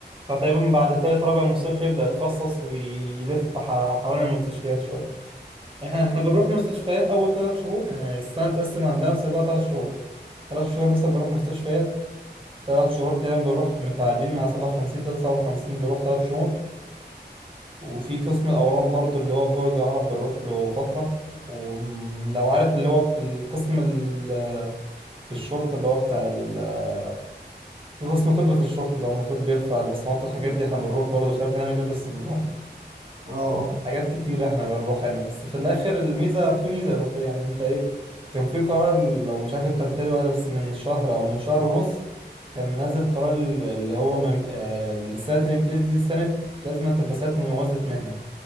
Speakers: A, on the right (about 30°); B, on the right (about 70°).
A: فتقريبا بعد تالت رابع مستشفى يبدأ يتخصص ويلف ح- حوالين المستشفيات شوية احنا
B: مم.
A: احنا بنروح مستشفيات اول ثلاث شهور يعني السنه بتتقسم عندنا في صيدله ثلاث شهور ثلاث شهور مثلا بروح مستشفيات ثلاث شهور تقريبا بروح متعادين مع 57 تلاتة 57 بيروح ثلاث شهور وفي قسم الاورام برضو اللي هو برج عرب بنروح له فتره ولو عارف اللي هو في القسم ال- في الشرطه اللي هو بتاع ال- في قسم طب في الشرطه اللي هو المفروض بيرفع البصمات والحاجات
B: مم.
A: دي احنا بنروح برضه شباب بنعمل لبس بنروح
B: اه
A: حاجات كتير احنا بنروح يعني بس في الاخر الميزه في ميزه اضافيه يعني انت ايه كان في قرار لو مش عارف انت متابع ولا بس من شهر او من شهر ونص كان نازل قرار اللي هو من آه، سنه الامتياز دي سنه لازم أن تبقى سنه ممازه مهنه